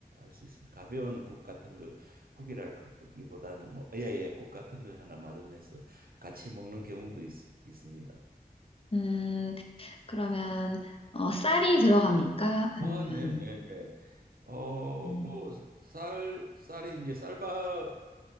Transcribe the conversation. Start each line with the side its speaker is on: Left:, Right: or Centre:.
Right: 수 있습니다. 가벼운 국 같은 거 국이라기보다는 뭐 예예 국 같은 걸 하나 마련해서 같이 먹는 경우도 있, 있습니다.
Left: 음, 그러면 어, 쌀이 들어갑니까? 아니면
Right: 아, 네, 네, 네. 어,
Left: 음,
Right: 뭐 쌀, 쌀이 이제 쌀밥을